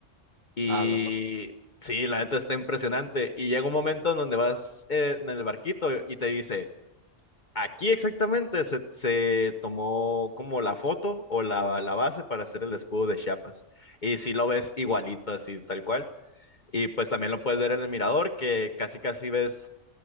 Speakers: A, on the left; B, on the right.
A: Y
B: a la par.
A: sí, la neta está impresionante. Y llega un momento en donde vas eh, en el barquito y te dice, aquí exactamente se, se tomó como la foto o la, la base para hacer el escudo de Chiapas. Y si lo ves igualito, así tal cual. Y pues también lo puedes ver en el mirador, que casi casi ves